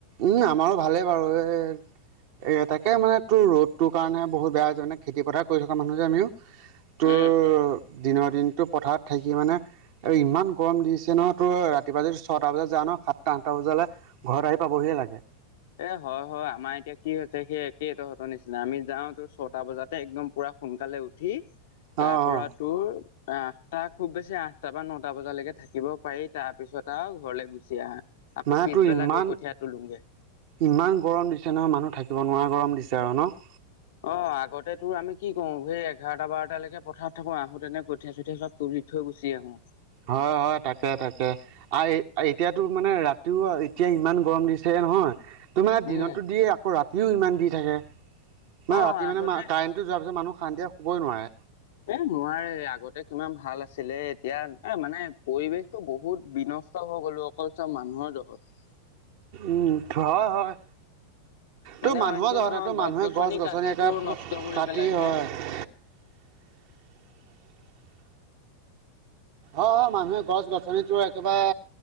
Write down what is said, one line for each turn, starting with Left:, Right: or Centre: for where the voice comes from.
Right: উম, আমাৰো ভালেই বাৰু এ এ তাকে মানে তোৰ ৰ'দটোৰ কাৰণে বহুত বেয়া হৈছে মানে, খেতিপথাৰ কৰি থকা মানুহ যে আমিও। তোৰ
Left: উম
Right: দিনৰ দিনতটো পথাৰত থাকি মানে আৰু ইমান গৰম দিছে নহয়, তোৰ ৰাতিপুৱা যদি ছয়টা বজাত যাৱ ন সাত সাত টা আঠ টা বজালে ঘৰত আহি পাবহিয়ে লাগে।
Left: এ হয়, হয়, আমাৰ এতিয়া কি হৈছে, সেই একেই তহতৰ নিচিনা আমি যাও তোৰ ছটা বজাতে একদম পুৰা সোনকালে উঠি তাৰ
Right: অ
Left: পৰা
Right: অ
Left: তোৰ আঠটা খুব বেছি আঠটা বা নটা বজালৈকে থাকিব পাৰি, তাৰ পিছত ত ঘৰলেলৈ গুচি আহা আকৌ
Right: মানে
Left: পিছবেলা
Right: তোৰ ইমান
Left: গৈ কঠিয়া তোলোগে।
Right: ইমান গৰম দিছে নহয় মানুহ থাকিব নোৱাৰা গৰম দিছে আৰু ন'?
Left: অ', আগতে তোৰ আমি কি কৰো, সেই এঘাৰটা বাৰটালৈকে পথাৰত থাকো আহোতেনে কঠিয়াই চঠিয়া চব তুলি থৈ গুচি আহো।
Right: হয়, হয়, তাকে তাকে। আ এতিয়াতো মানে ৰাতিও এতিয়া ইমান গৰম দিছেহে নহয়। তোৰ মানে দিনতো
Left: উম
Right: দিয়ে আকৌ ৰাতিও ইমান দি থাকে, মানে
Left: অ
Right: ৰাতি
Left: আগতে
Right: মানে কাৰেণ্ট টো যোৱা পিছত মানুহ শান্তিৰে শুবই নোৱাৰে।
Left: এ নোৱাৰে, আগতে কিমান ভাল আছিলে, এতিয়া এ মানে পৰিৱেশতটো বহুত বিনষ্ট হৈ গ'লো অকল চব মানুহৰ জহত।
Right: উম, হয়, হয়।
Left: মানে
Right: তোৰ মানুহৰ
Left: অইনটো
Right: জহতে
Left: নহয়
Right: তোৰ মানুহে গছ গছনি
Left: কাটি
Right: একে
Left: তোৰ নষ্ট কৰি
Right: কাটি
Left: পেলাইছে
Right: হয়। অ', অ', মানুহে গছ গছনি তোৰ এক একেবাৰে